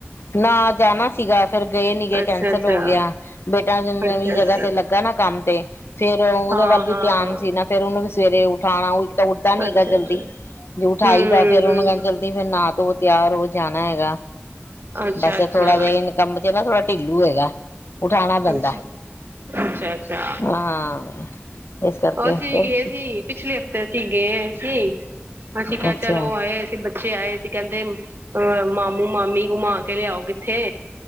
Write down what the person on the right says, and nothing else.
ਅੱਛਾ
ਅੱਛਾ
ਅੱਛਾ
ਅੱਛਾ
ਹਾਂ
ਹਾਂ
ਅੱਛਾ
ਅੱਛਾ
ਹੂੰ
ਅੱਛਾ
ਅੱਛਾ
ਅੱਛਾ ਅੱਛਾ ਅੱਛਾ।
ਉਹ ਅਸੀਂ ਵੀ
ਗਏ ਸੀ ਪਿਛਲੇ ਹਫ਼ਤੇ ਅਸੀਂ ਗਏ ਸੀ ਅਸੀਂ ਕਿਹਾ
ਚਲ ਉਹ ਆਏ ਅਸੀਂ। ਬੱਚੇ ਆਏ ਸੀ ਕਹਿੰਦੇ ਅ ਮਾਮੂ ਮਾਮੀ ਘੁਮਾ ਕੇ ਲਿਆਓ ਕਿੱਥੇ।